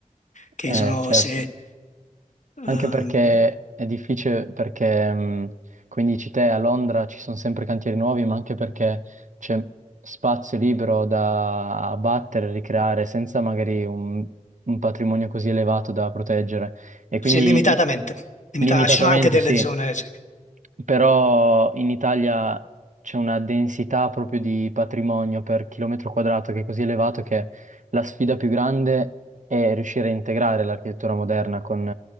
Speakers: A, on the left; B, on the right.
A: che
B: eh,
A: sono
B: certo.
A: se,
B: Anche
A: ehm,
B: perché è difficile, perché mh, come dici te, a Londra ci sono sempre cantieri nuovi, ma anche perché c'è spazio libero da abbattere, ricreare, senza magari un, un patrimonio così elevato da proteggere. E quindi
A: se limitatamente,
B: i-
A: limita-
B: limitatamente
A: ci sono anche delle
B: sì,
A: zone, sì,
B: però in Italia c'è una densità proprio di patrimonio per chilometro quadrato che è così elevato che la sfida più grande è riuscire a integrare l'architettura moderna con